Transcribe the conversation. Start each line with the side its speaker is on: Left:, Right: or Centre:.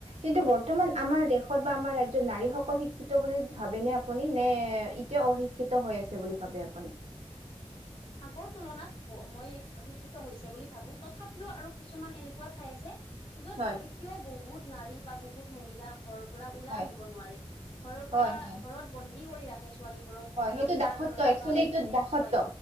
Right: কিন্তু বৰ্তমান
Left: হয়
Right: আমাৰ দেশত বা আমাৰ ৰাজ জত নাৰীসকল শিক্ষিত বুলি ভাবেনে আপুনি নে এতিয়াও অশিক্ষিত হৈ আছে বুলি ভাবে আপুনি? <inaudible>
Left: আগৰ তুলনাত মই শিক্ষিত হৈছে বুলি ভাবো তথাপিও আৰু কিছুমান এনেকুৱা ঠাই আছে য'ত
Right: হয়
Left: এতিয়াও বহুত নাৰী বা বহুত মহিলা ঘৰৰ পৰা ওলাই
Right: হয়
Left: আহিব নোৱাৰে ঘৰৰ
Right: হয়
Left: পৰা
Right: হয়
Left: ঘৰত বন্দী কৰি ৰাখে। ছোৱালীবোৰক বদনাম
Right: হয় সেইটো
Left: হোৱাৰ
Right: দাসত্ব
Left: ভয়ত
Right: একচুৱেলি
Left: বা
Right: এইটো দাসত্ব
Left: হয়।